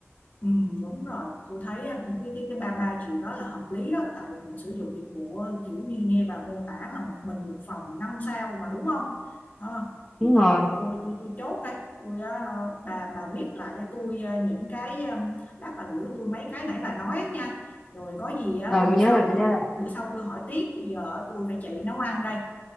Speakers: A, on the left (about 35°); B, in the centre.
A: Ừ, đúng rồi tôi thấy à, cái cái cái ba ba triệu đó là hợp lý đó tại mình sử dụng dịch vụ ờ, kiểu như nghe bà mô tả mà một mình một phòng năm sao mà đúng không đó vậy
B: đúng
A: thôi
B: rồi
A: tôi tôi tôi chốt đây tôi ờ, bà bà viết lại cho tôi ờ, những cái ờ, lát bà gửi tôi mấy cái nãy bà nói á nha rồi có gì á,
B: rồi tôi
A: bữa sau
B: nhớ là tôi
A: tôi
B: nhớ là
A: bữa sau tôi hỏi tiếp bây giờ tôi phải chạy nấu ăn đây